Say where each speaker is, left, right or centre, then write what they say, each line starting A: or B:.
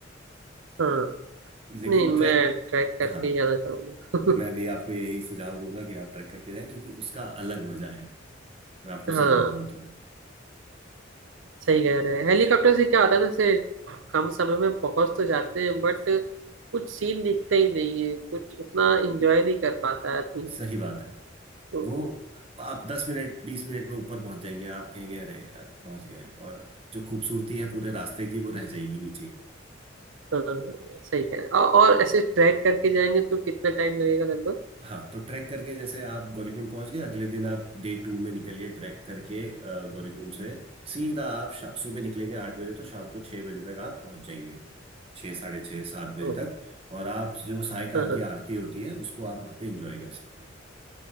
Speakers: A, on the right; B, on the right.
A: हाँ
B: लेकिन
A: नहीं
B: ट्रैक
A: मैं ट्रैक करके
B: हाँ
A: ही जाना चाहूंगा
B: मैं भी आपको यही सुझाव दूंगा कि आप ट्रैक करके जाएं क्योंकि उसका अलग मजा है मैं आपको
A: <laughs>
B: सच
A: हाँ
B: बताऊं तब
A: सही कह
B: तो
A: रहे हैं हेलीकॉप्टर से क्या होता है ना जैसे कम समय में पहुंच तो जाते हैं बट कुछ सीन दिखते ही नहीं है कुछ उतना एंजॉय नहीं कर पाता है आदमी
B: सही बात है
A: तो
B: वो आप दस मिनट बीस मिनट में ऊपर पहुंच जाएंगे आप कहेंगे अरे यार पहुंच गए और जो खूबसूरती है पूरे रास्ते की वो रह जाएगी नीचे
A: हाँ हाँ, सही कह रहे हैं औ- और ऐसे ट्रैक करके जाएंगे तो कितना टाइम लगेगा लगभग
B: हाँ तो ट्रैक करके जैसे आप गौरीकुंड पहुंच गए अगले दिन आप डे टू में निकलिए ट्रैक करके अ, गौरीकुंड से सीधा आप शा- सुबह निकलेंगे आठ बजे तो शाम को छह बजे तक आप पहुंच जाएंगे छः साढ़े छः सात बजे
A: ओ,
B: तक और आप जो सायकाल
A: हाँ हाँ
B: की आरती होती है उसको आप वहाँ पे एंजॉय कर सकते हैं